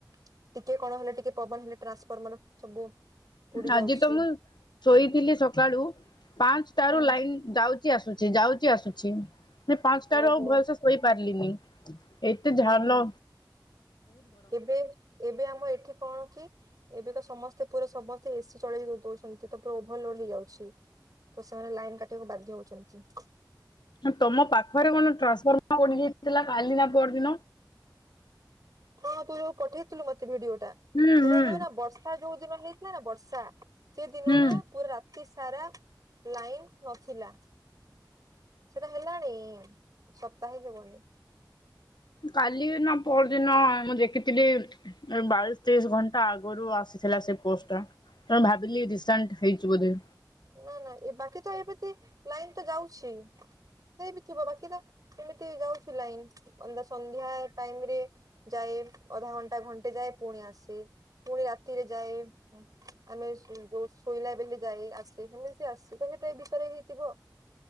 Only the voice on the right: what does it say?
ଟିକେ କଣ ହେଲେ ଟିକେ ପବନ ହେଲେ ଟ୍ରାନ୍ସଫର୍ମର ସବୁ ପୋଡି ଯାଉଛି।
ହୁଁ
ଓହୋ
ହୁଁ
ହୁଁ ଏବେ ଏବେ ଆମ ଏଠି କଣକି ଏବେ ତ ସମସ୍ତ ଏପୁରେ ସମସ୍ତେ ଏସିି ଚଳେଇ ଦ ଦଉଚନ୍ତି! ସିଏତ ପ୍ରୋ ଓଭରଲୋଡ ହେଇଯାଉଛି, ତ ସେମାନେ ଲାଇନ କାଟିବାକୁ ବାଧ୍ୟ ହଉଚନ୍ତି!
ହଁ ତୁ ଯୋଉ ପଠେଇଥିଲୁ ମତେ ଭିଡିଓଟା,
ସେଇଟା
ଯୋଉରା ବର୍ଷ ତାଯୋଉ ଦିନ ହେଇଥିଲାନା ବର୍ଷା ସେ ଦିନନା
ପୁରା ରାତି ସାରା ଲାଇନ୍ ନଥିଲା। କେତେଟା ହେଲାଣି ସପ୍ତାହେ ଯିବନି!
ନା ନା ଏବାକି ତ ଏମିତି ଲାଇନ ତ ଯାଉଚି! ହେଇ ବିି ଥିବ ବାକି ତ ଏମିତି ଯାଉଛି ଲାଇନ! ଅନ୍ଧ୍ୟା ସନ୍ଧ୍ୟା ଟାଇମ ରେ ଯାଏ ଅଧା ଘଣ୍ଟା ଘଣ୍ଟେ ଯାଏ ପୁଣି ଆସେ! ପୁଣି ରାତିରେ ଯାଏ, ଉଁ ଆମେ ଯୋଉ ଶୋଇଲା ବେଲେ ଯାଏ ଆସେ ସେମିତି ଆସଵା ତ ସେଟା ବିଷରେ ହେଇଥିବ!